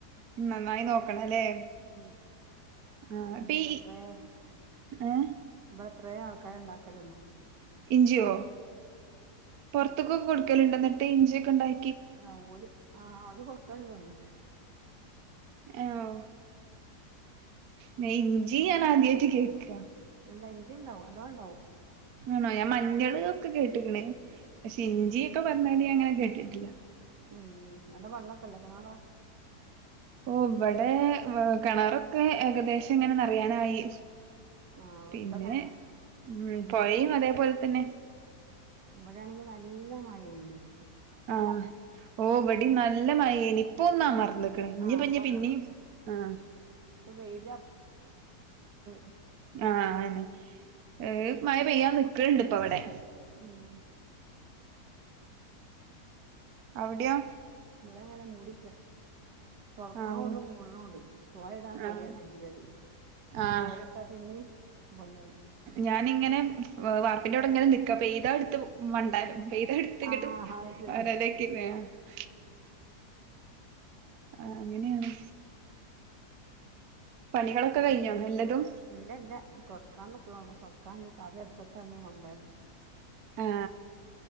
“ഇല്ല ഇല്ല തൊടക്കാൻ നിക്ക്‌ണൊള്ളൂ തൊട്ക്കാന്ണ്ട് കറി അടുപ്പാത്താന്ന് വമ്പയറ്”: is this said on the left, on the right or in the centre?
Right